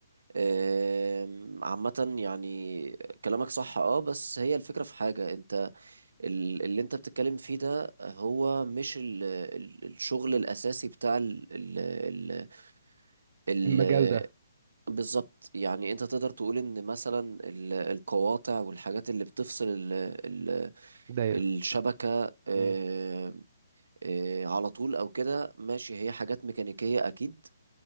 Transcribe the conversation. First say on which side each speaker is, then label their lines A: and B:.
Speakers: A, on the right; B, on the right.
A: أم، عامة يعني كلامك صح اه بس هي الفكرة في حاجة انت ال- اللي انت بتتكلم فيه ده هو مش ال- ال- الشغل الاساسي بتاع ال ال ال ال
B: المجال ده
A: بالظبط يعني انت تقدر تقول ان مثلا ال- القواطع والحاجات اللي بتفصل ال ال
B: دايره
A: الشبكة آمم،
B: مم،
A: آه، على طول او كده ماشي هي حاجات ميكانيكية اكيد